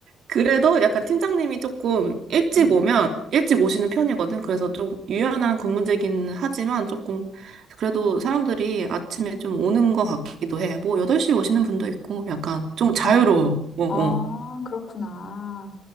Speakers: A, on the right; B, on the left.
A: 그래도 약간 팀장님이 조금 일찍
B: 음,
A: 오면 일찍 오시는 편이거든. 그래서 좀 유연한 근무제긴 하지만 조금 그래도 사람들이 아침에 좀 오는 것 같기도 해. 뭐 8시에 오시는 분도 있고 약간 좀 자유로워.
B: 어,
A: 어, 어.
B: 아, 그렇구나.